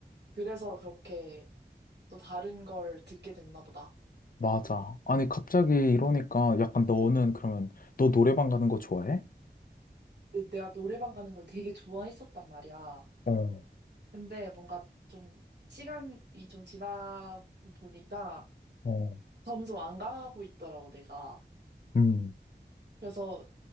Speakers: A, on the right; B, on the left.
A: 그래서 그렇게 또 다른 걸 듣게 됐나 보다.
B: 맞아. 아니, 갑자기 이러니까 약간 너는 그러면 너 노래방 가는 거 좋아해?
A: 근데 내가 노래방 가는 걸 되게 좋아했었단 말이야.
B: 어,
A: 근데 뭔가 좀 시간이 좀 지나 보니까
B: 어,
A: 점점 안 가고 있더라고, 내가.
B: 음.
A: 그래서